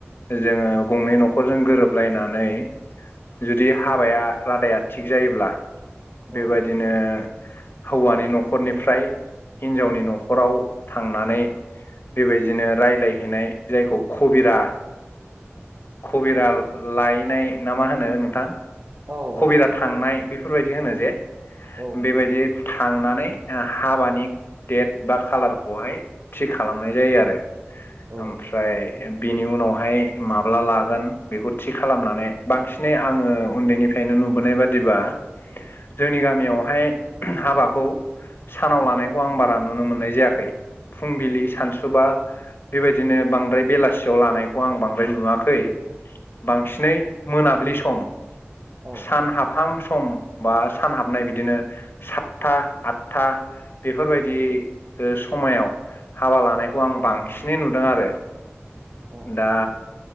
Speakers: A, on the left; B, on the right.
A: जोङो गंनै न'खरजों गोरोबलायनानै जुदि हाबाया रादाया थिग जायोब्ला
B: औ
A: बेबायदिनो हौवानि न'खरनिफ्राय हिनजावनि न'खराव थांनानै बेबायदिनो रायलायहैनाय जायखौ कबिरा खबिरा लायनाय ना मा होनो नोंथां?
B: औ
A: कभिरा थांनाय बेफोरबायदि होनो
B: औ
A: जे
B: औ नंगौ
A: बेबायदि
B: नंगौ
A: थांनानै हाबानि डेट बा खाालारखौहाय थि खालामनाय जायो आरो।
B: औ
A: ओमफ्राय बिनि उनावहाय माब्ला लागोन बेखौ थि खालामनानै बांसिनै आंङो उन्दैनि फरायनो नुबोनाय बादिबा जोंनि गामियावहाय हाबाखौ सानाव
B: औ
A: लानायखौ आं बारा नुनो मोननाय जायाखै फुंबिलि सानसुबा बेबायदिनो बांद्राय बेलासियाव लानायखौ आं बांद्राय नुवाखै बांसिनै मोनाबिलि सम
B: औ
A: सान हाबहां स सम बा सान हाबनाय बिदिनो सातथा आठथा बेफोरबायदि समायाव हाबा लानायखौ आं बांसिनै नुदों आरो।
B: औ
A: दा
B: नंगौ